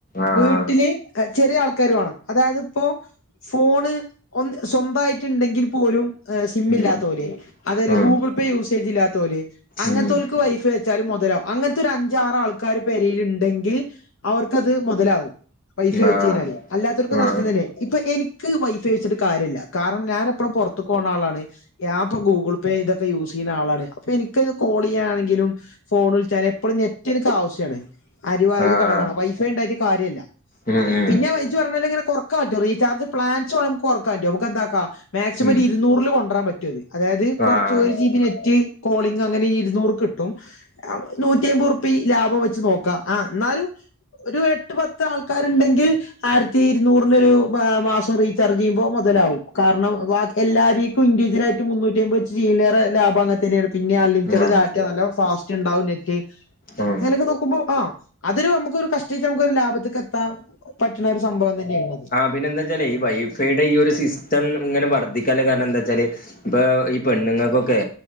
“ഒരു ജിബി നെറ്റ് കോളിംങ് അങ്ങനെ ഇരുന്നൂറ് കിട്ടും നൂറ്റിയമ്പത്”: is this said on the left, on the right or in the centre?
Left